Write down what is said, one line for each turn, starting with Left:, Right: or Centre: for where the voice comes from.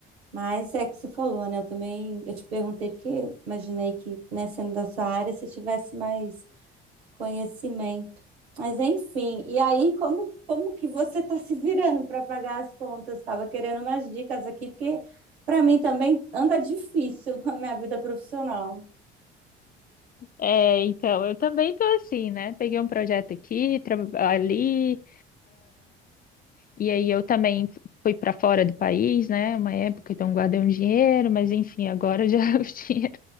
Right: Mas é que você falou, né? Eu também, eu te perguntei porque imaginei que, né, sendo da sua área, você tivesse mais Conhecimento. Mas enfim, e aí como como que você está se virando para pagar as contas? Estava querendo umas dicas aqui, porque para mim também anda difícil a minha vida profissional.
Left: É, então, eu também tô assim, né? Peguei um projeto aqui, tra- ali, E aí eu também f- fui para fora do país, né? Uma época, então guardei um dinheiro, mas enfim, agora já <laughs> os dinhe-